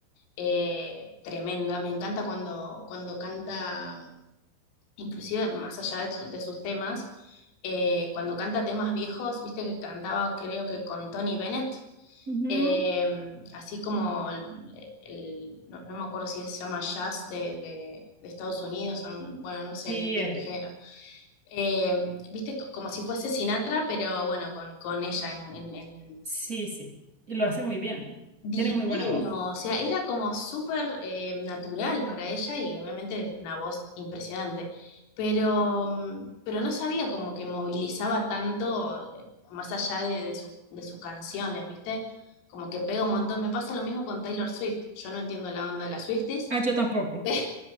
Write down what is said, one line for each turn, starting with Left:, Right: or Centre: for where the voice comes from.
Left: eh, tremenda, me encanta cuando, cuando canta inclusive más allá de, su- de sus temas, eh, cuando canta temas viejos, viste que cantaba creo que con Tony Bennett,
Right: Ujú.
Left: eh, así como el, el- no, no me acuerdo si se llama jazz de, de- de Estados Unidos, o, bueno, no sé
Right: Sí,
Left: bien
Right: eh,
Left: el género. Eh, viste, co- como si fuese Sinatra, pero bueno, con, con ella en, en- en-
Right: sí, sí. Y lo hace muy bien.
Left: Divino,
Right: Tiene muy buena voz.
Left: o sea, era como súper eh, natural para ella y obviamente una voz impresionante, pero, mm, pero no sabía como que movilizaba tanto eh, más allá de, de, su- de sus canciones, ¿viste? Como que pega un montón. Me pasa lo mismo con Taylor Swift. Yo no entiendo la onda de las Swifties,
Right: Ah, yo tampoco.
Left: <laughs> pero